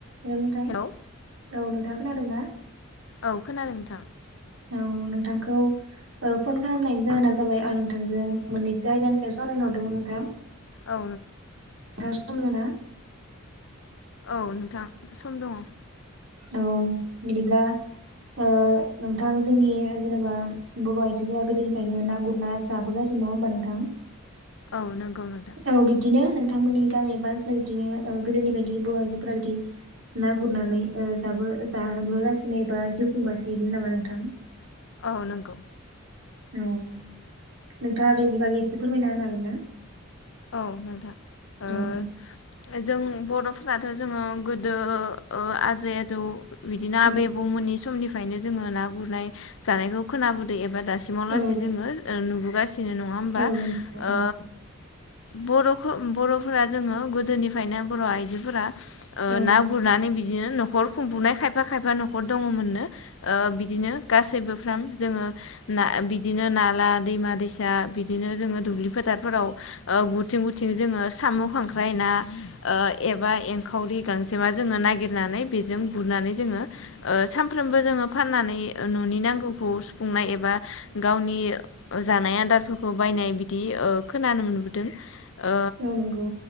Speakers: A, on the right; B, on the left.
A: हेल' नोंथां
B: हेलौ
A: औ नोंथाङा खोनादों ना?
B: औ खोनादों नोंथां
A: औ नोंथां <unintelligible> <unintelligible> फन खालामनायनि जाहोना जाबाय आं नोंथांजों मोननैसो आयदानि सायाव सावरायनो हरदोंमोन नोंथां।
B: औ।
A: <unintelligible>
B: औ नोंथां सम दङ।
A: औ बिदिब्ला ओ नोंथां जोंनि जेनेबा बर' आइजोफोरा गोदोनिफ्रायनो ना गुरना जाबोगासिनो नङा होनबा नोंथां?
B: औ नंगौ। नोंथां
A: औ बिदिनो नोंथांमोननि गामि एबा ओनसोलाव बिदिनो गोदोनि बायदि बर' आइजोफोरा बिदि ना गुरनानै जाबो जाबोगासिनो एबा जिउ खुंगासिनोनो नामा नोंथां
B: औ नंगौ
A: औ नोंथाङा बेनि बागै एसे फोरमायना होनो हागोन ना
B: औ नोंथां ओ
A: औ
B: जों बर'फोराथ' जोङो गोदो आजै आजौ बिदिनो आबै
A: औ
B: बौमोननि समनिफ्रायनो जोङो ना गुरनाय जानायखौ खोनाबोदों दासिमाव लासै
A: औ
B: जोङो नुबोगासिनो नङा होनबा
A: औ नंगौ नंगौ
B: ओ बर' बर'फोरा जोङो गोदोनिफ्रायनो बर' आइजोफोरा
A: औ
B: ना गुरनानै बिदि बिदिनो न'खर खुंबुंनाय खायफा खायफा न'खर दङमोननो ओ बिदिनो गासैबो फाम जोङो ना बिदिनो नाला दैमा दैसा बिदिनो जोङो दुब्लि फोथारफोराव गुरथिं गुरथिं जोङो सामु खांख्राइ ना एबा एंखावरि गांजेमा ओ जोङो नागिरनानै बेजों गुरनानै जोङो सानफ्रोमबो जोङो फाननानै न'नि नांगौखौ सुफुंनाय एबा गावनि जानाय आदारफोरखौ बायनाय बि ओ खोनानो मोनबोदों ओ
A: औ नंगौ।